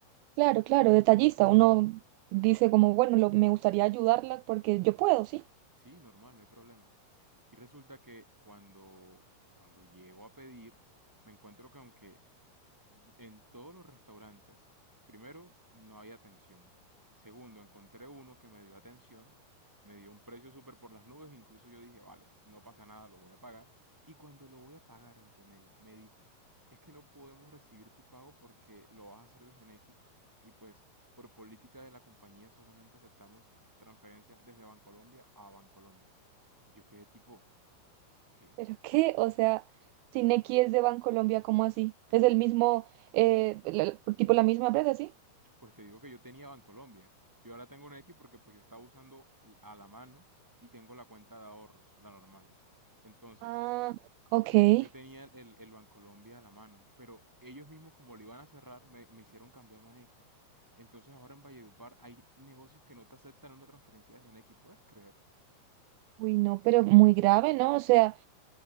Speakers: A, on the right; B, in the centre.
A: Claro, claro, detallista. Uno dice como, bueno, lo- me gustaría ayudarla porque yo puedo, sí.
B: Sí, normal, no hay problema. Y resulta que cuando, cuando llego a pedir, me encuentro que aunque En todos los restaurantes, primero, no había atención. Segundo, encontré uno que me dio atención, me dio un precio súper por las nubes, incluso yo dije, vale, no pasa nada, lo voy a pagar. Y cuando lo voy a pagar, Antonella, me dicen, es que no podemos recibir tu pago porque lo vas a hacer desde Nequi y pues por política de la compañía solamente aceptamos transferencia desde Bancolombia a Bancolombia. Y yo quedé tipo, ¿qué?
A: ¿Pero <laughs> qué? O sea, Cineki es de Bancolombia, ¿cómo así? Es el mismo, eh, la- tipo la misma empresa, ¿sí?
B: Pues te digo que yo tenía Bancolombia. Yo ahora tengo un X porque pues yo estaba usando l- a la mano y tengo la cuenta de ahorros, la normal. Entonces,
A: Ah, ok.
B: yo, te- yo tenía el, el Bancolombia a la mano, pero ellos mismos como lo iban a cerrar, me, me hicieron cambiarme a Nequi. Entonces ahora en Valledupar hay negocios que no te aceptan una transferencia desde Nequi, ¿puedes creer?
A: Uy, no, pero muy grave, ¿no? O sea...